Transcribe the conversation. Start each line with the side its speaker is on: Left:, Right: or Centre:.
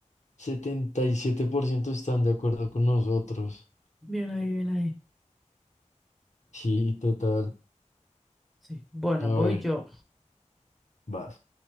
Left: 77% están de acuerdo con nosotros.
Centre: Bien ahí, bien ahí.
Left: Sí, total.
Centre: Sí. Bueno,
Left: A
Centre: voy
Left: ver,
Centre: yo.
Left: vas.